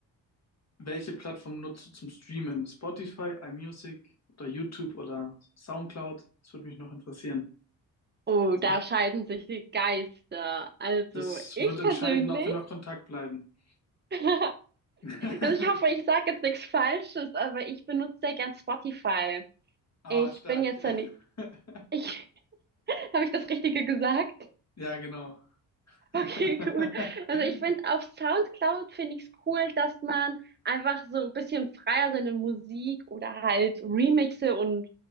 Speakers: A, on the left (about 30°); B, on the right (about 20°).
A: Welche Plattform nutzt du zum Streamen? Spotify, iMusic oder YouTube oder SoundCloud? Das würde mich noch interessieren.
B: Oh,
A: Es
B: da
A: gibt,
B: scheiden sich die Geister. Also
A: das
B: ich
A: wird entscheiden,
B: persönlich,
A: ob wir noch Kontakt bleiben.
B: <laughs>
A: <laughs>
B: also ich hoffe, ich sage jetzt nichts Falsches, aber ich benutze sehr gern Spotify.
A: Aber
B: Ich
A: stark.
B: bin jetzt ja nicht,
A: <laughs>
B: ich, <laughs> habe ich das Richtige gesagt?
A: Ja, genau. <laughs>
B: Okay, <laughs> gut. Also ich finde auf SoundCloud finde ich es cool, dass man einfach so ein bisschen freier seine Musik oder halt Remixe und